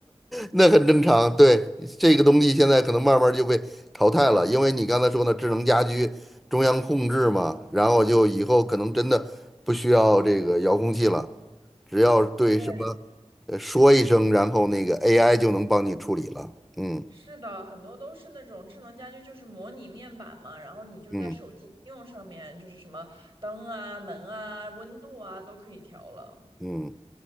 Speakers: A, in the centre; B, on the right.
A: 那很正常，对，这个东西现在可能慢慢就被淘汰了，因为你刚才说的智能家居中央控制嘛，然后就以后可能真的不需要这个遥控器了，只要对什么呃说一声，
B: <laughs> 对，
A: 然后那个 AI 就能帮你处理了。嗯
B: 是的，很多都是那种智能家居，就是模拟面板嘛，然后你就在手机应用上面，
A: 嗯
B: 就是什么灯啊、门啊、温度啊都可以调了。
A: 嗯，